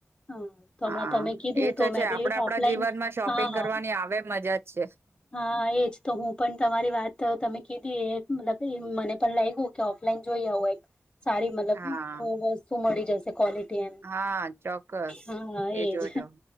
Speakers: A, on the left; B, on the right.
A: હા તો
B: હા
A: હમણાં તમે કીધું
B: એ તો છે
A: મેં
B: આપડ
A: બી
B: આપણા
A: ઓફલાઈન
B: જીવનમાં શોપિંગ
A: હા
B: કરવાની આવે મજા જ છે.
A: હા એજ તો હું પણ તમારી વાત તમે કીધી એ મતલબ એ મને પણ લાગ્યું. ઓફલાઈન જોઈ હો એક સારી મતલબ
B: હા
A: વસ્તુ મળી જ કો કોલેટી.
B: હા ચોક્કસ
A: હા
B: એ
A: એજ
B: જોજો